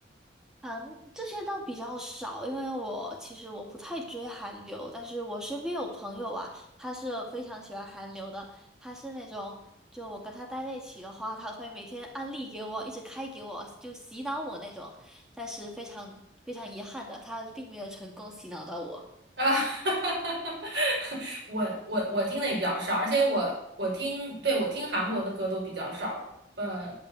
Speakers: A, in the centre; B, on the right.
A: 韩这些倒比较少，因为我其实我不太追韩流，但是我身边有朋友啊，他是非常喜欢韩流的，他是那种就我跟他待在一起的话，他会每天安利给我，一直开给我，就洗脑我那种，但是非常非常遗憾的，他并没有成功洗脑到我。
B: 啊。<laughs> 我我我听的也比较少，而且我我听，对，我听韩国的歌都比较少。呃，